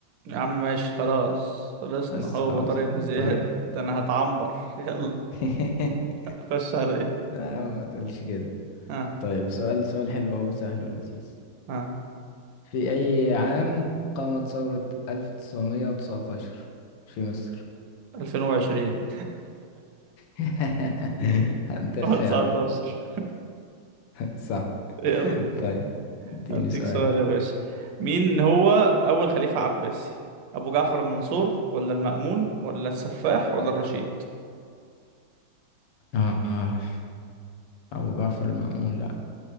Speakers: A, on the right; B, on the left.
A: يا عم ماشي خلاص خلصنا
B: بس
A: هو
B: خلاص
A: طارق بن زياد
B: طارق
A: ده انا هتعنبر <laughs> يلا
B: <laughs>
A: خش عليا
B: آه ما تقولش كده
A: ها
B: طيب سؤال سؤال حلو اهو سهل ولذيذ
A: ها
B: في اي عام قامت ثورة 1919 في مصر
A: 2020
B: <laughs> هدي خيارات
A: 1919
B: صح
A: <laughs> يلا
B: <laughs> طيب اديني
A: هديك
B: سؤالك
A: سؤال يا باشا مين هو اول خليفة عباسي ابو جعفر المنصور ولا المأمون ولا السفاح ولا الرشيد
B: آه أبو جعفر المأمون لأ